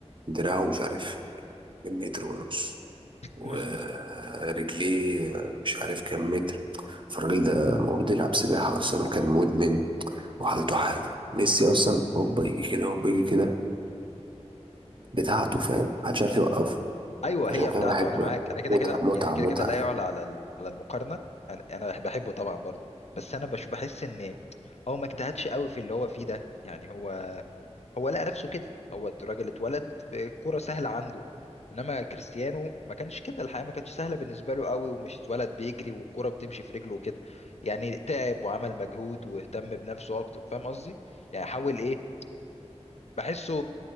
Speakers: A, on the right; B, on the left.
A: دراعه مش عارف من متر ونص ورجليه
B: <laughs>
A: مش عارف كام متر فالراجل ده المفروض يلعب سباحة أصلا كان مدمن وحالته حالة ميسي أصلا هوبا يجي كده هوبا يجي كده بتاعته فاهم محدش عارف يوقفه
B: ايوه
A: عشان
B: هي بتاعته
A: كده بحبه
B: انا معاك
A: يعني
B: انا كده
A: متعة
B: كده
A: متعة
B: يعني كده
A: متعة
B: كده لا
A: يعني
B: يعلى على ال- على المقارنه انا أنا بح- بحبه طبعا برضو بس انا بش بحس ان هو ما اجتهدش قوي في اللي هو فيه ده يعني هو هو لقى نفسه كده هو الراجل اتولد بالكرة سهلة عنده انما كريستيانو ما كانش كده الحياة ما كانتش سهلة بالنسبة له قوي ومش اتولد بيجري والكرة بتمشي في رجله وكده يعني تعب وعمل مجهود واهتم بنفسه اكتر فاهم قصدي يعني حاول ايه بحسه